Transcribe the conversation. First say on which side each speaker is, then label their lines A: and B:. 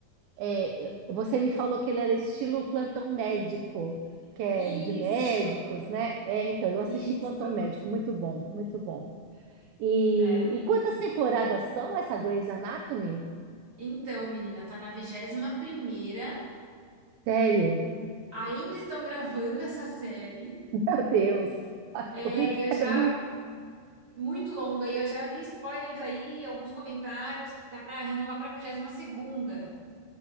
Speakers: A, on the right; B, on the right.
A: é, você me falou que ele era estilo plantão médico, que é
B: Isso,
A: de médicos, né? É, então eu assisti
B: isso.
A: Plantão Médico, muito bom, muito bom. E,
B: É.
A: e quantas temporadas são essa Grey's Anatomy?
B: Então, menina, tá na vigésima primeira.
A: Sério?
B: Ainda estão gravando essa série.
A: <laughs> Meu Deus, Ai,
B: É,
A: que é muito,
B: e eu já...
A: é muito.
B: Muito longa. E eu já vi spoilers aí, alguns comentários que tá pra renovar pra vigésima segunda.